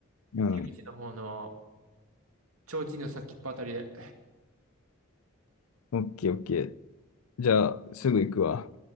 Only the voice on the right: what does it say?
出口の方の、提灯の先っぽあたりで、